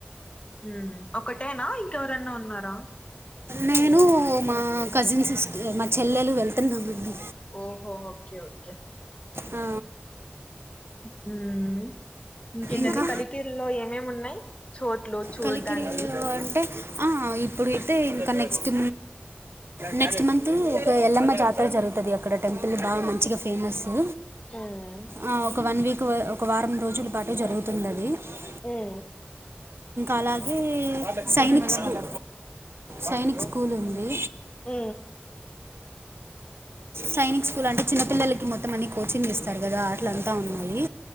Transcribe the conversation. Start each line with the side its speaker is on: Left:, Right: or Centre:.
Left: ఉమ్ ఒకటేన ఇంకెవరైన ఉన్నార
Right: నేను మా కజిన్ సిస్ మా చెల్లెలు వెళ్తున్నామండి
Left: ఓహో ఓకే ఓకే
Right: ఆ
Left: హు ఇంకేంటి
Right: ఇంకా
Left: అండి కలికీరులో ఏమేమి ఉన్నాయి చోట్లు చూడడానికి
Right: కలికిరి అంటే ఇప్పుడైతే ఇంకా నెక్స్ట్ నెక్స్ట్ మంత్ ఒక ఎల్లమ్మ జాతర జరుగుతుది అక్కడ టెంపుల్ బాగా మంచిగా ఫేమసు
Left: ఉమ్
Right: ఆ ఒక వన్ వీక్ ఒక వారం రోజుల పాటు జరుగుతు <unintelligible>
Left: అ
Right: అలాగే సైనిక్ స్కూల్ సైనిక్ స్కూల్ ఉంది
Left: ఉ
Right: సైనిక్ స్కూల్ అంటే చిన్నపిల్లలకి మొత్తం అన్ని కోచింగ్ ఇస్తారు కదా అట్లంత ఉన్నాయి